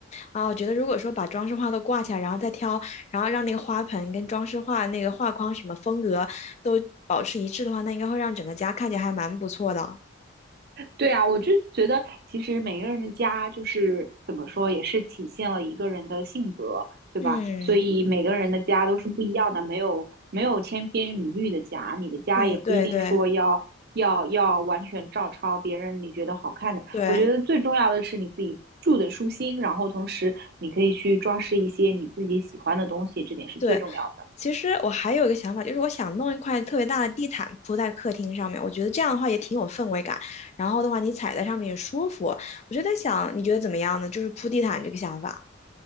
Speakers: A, on the left; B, on the right.
A: 啊，我觉得如果说把装饰画都挂起来，然后再挑，然后让那个花盆跟装饰画那个画框什么风格都保持一致的话，那应该会让整个家看起来还蛮不错的。
B: 对啊，我就觉得其实每个人的家就是怎么说，也是体现了一个人的性格，对吧？
A: 嗯
B: 所以每个人的家都是不一样的，没有没有千篇一律的家，你的家也不一定说要要要完全照抄别人你觉得好看的。
A: 嗯，对对对
B: 我觉得最重要的是你自己住的舒心，然后同时你可以去装饰一些你自己喜欢的东西，这点是最重要的。
A: 对。其实我还有一个想法，就是我想弄一块特别大的地毯铺在客厅上面，我觉得这样的话也挺有氛围感。然后的话，你踩在上面也舒服。我就在想，你觉得怎么样呢？就是铺地毯这个想法。